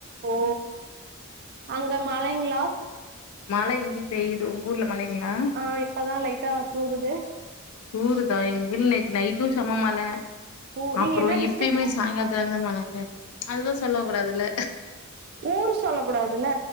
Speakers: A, on the right; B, on the left.
A: ஓ அங்க மழைங்ளா
B: மழ இங்யு பெய்து உங்க ஊர்ல மழைங்ளா
A: ஆ இப்பதா லைட்டா தூறுது
B: தூறுதா எங்க ஊர்ல நேத்து நைட்டும் சம மழ
A: ஓ நீங்க
B: அப்புறோ
A: என்ன டிஸ்டிக்
B: இப்பயுமே சாயங்காலத்துலருந்து மழைங்க அதுதா சொல்ல கூடாதுல்ல
A: ஊரு சொல்லகூடாதுல்ல